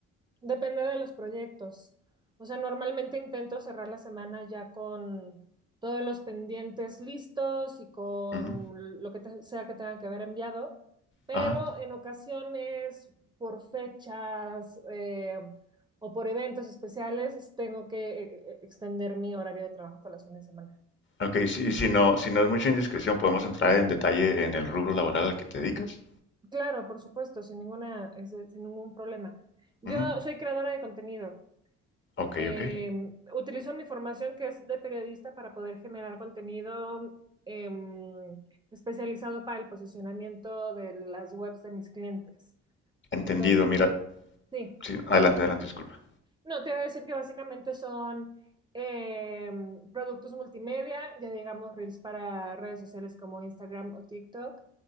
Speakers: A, on the right; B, on the left.
A: Depende de los proyectos. O sea, normalmente intento cerrar la semana ya con todos los pendientes listos y con
B: Ujú,
A: lo que te- sea que tengan que haber enviado, pero
B: Ajá.
A: en ocasiones, por fechas eh, o por eventos especiales, tengo que eh, eh, extender mi horario de trabajo hasta las fines de semana.
B: Ok, si si no, si no es mucha indiscreción, podemos entrar en detalle en el rubro laboral al que te dedicas.
A: Claro, por supuesto, sin ninguna, es- eh, sin ningún problema. Yo
B: Ujú,
A: soy creadora de contenido.
B: Ok,
A: Eh,
B: ok.
A: utilizo mi formación que es de periodista para poder generar contenido eh, especializado para el posicionamiento de las webs de mis clientes.
B: Entendido.
A: Entonces,
B: Mira,
A: sí.
B: sí, adelante, adelante, disculpa.
A: No, te iba a decir que básicamente son em, productos multimedia, ya digamos reels para redes sociales como Instagram o TikTok,